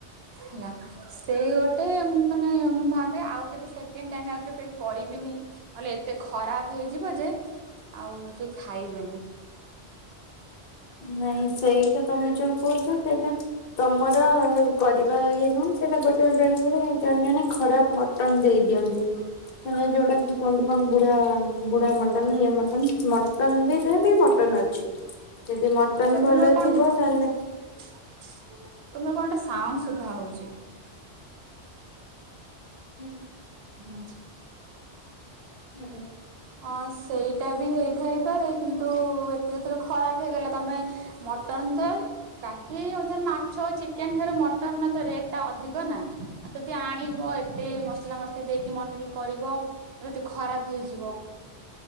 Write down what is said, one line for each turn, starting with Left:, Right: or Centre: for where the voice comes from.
Right: ହେଲା ସେଇ ଗୋଟେ ମାନେ ମୁଁ ଭାବେ ଆଉ କେବେ ସେକେଣ୍ଡ୍ ଟାଇମ୍ ଆ କେବେ କରି ବିନି ନହେଲେ ଏତେ ଖରାପ ହେଇଯିବ ଯେ ଆଉ କେଇ ଖାଇବେନି।
Left: ନାଇଁ ସେଇଟା ତମେ ଯୋଉ କୋହୁଚ ସେଇଟା ତମର କରିବା ଇଏ ନୁହଁ ସେଟା ଗୋଟେ ବେଳେ ବେଳେ ଜଣେ ଜଣେ ଖରାପ ମଟନ୍ ଦେଇ ଦିଅନ୍ତି ମାନେ ଯୋଉଟା କି କୁହନ୍ତି କଣ ବୁଢ଼ା ବୁଢ଼ା ମଟନ୍ ଇଏ ମଟନ୍ ମଟନ୍ ବି ଯେ ବି ମଟନ୍ ଅଛି। ଯଦି ମଟନ
Right: ଛା
Left: ଭଲ
Right: ତୁମେ କଣ
Left: ଥିବ ତାହେଲେ
Right: ତୁମେ କଣଟେ ସାଉଁ ଶୁଭା ହଉଚି।
Left: ଏଁ
Right: ହୁଁ।
Left: ହାଲୋ।
Right: ଅଁ ସେଇଟା ବି ହେଇଥାଇପାରେ କିନ୍ତୁ ଏତେ ଏତୋଳେ ଖରାପ ହେଇଗଲା ତମେ ମଟ ଅନ୍ତରି ବାକି ଉଁ ଥରେ ମାଛ ଚିକେନ୍ ଠାରୁ ମଟନ୍ ର ତ ରେଟ୍ ଟା ଅଧିକ ନାଁ ଅଦି ଆଣିବ ଏତେ ମସଲା ମସ୍ ଏ ଦେଇକି ମନରି କରିବ ଯତି ଖରାପ ହେଇଯିବ